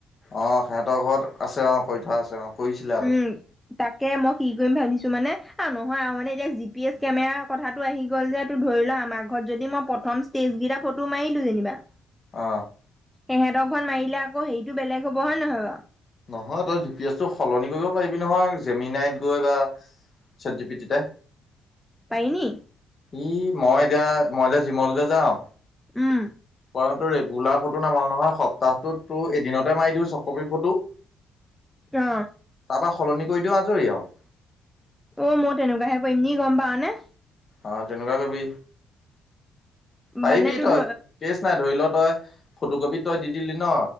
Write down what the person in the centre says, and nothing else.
উম তাকে মই কি কৰিম ভাবিছো মানে অ নহয় আৰু মানে এতিয়া জি পি এছ কেমেৰা কথাটো আহি গ'ল যে টো ধৰি লোৱা আমাৰ ঘৰত যদি মই প্ৰথম ষ্টেজ কেইটা ফটো মাৰিলো যেনিবা
সিহঁতৰ মাৰিলে আক হেৰিটো বেলেগ হব হয় নহয় বাও
পাৰি নি
উম
অ
অ মই তেনেকুৱাহে কৰিম নি গম পাওঁ নে
মানে তোৰ
ধ